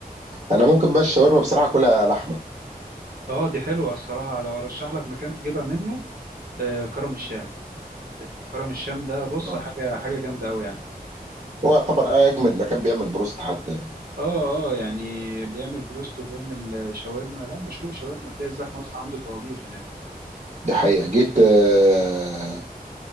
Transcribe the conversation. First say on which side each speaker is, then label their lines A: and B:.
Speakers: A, on the right; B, on the right.
A: أنا ممكن بقى الشاورما بصراحة أكلها لحمة
B: اه دي حلوة الصراحة لو ارشح لك مكان تجيبها منه آه كرم الشام كرم الشام ده بص
A: آه.
B: حاجة حاجة جامدة قوي يعني
A: هو يعتبر أجمد مكان بيعمل بروست حتى
B: اه اه يعني بيعمل بروست وبيعمل شاورما لا مشهور شاورما تلاقي الزحمه اصلا عنده طوابير هناك
A: دي حقيقة جيت آه،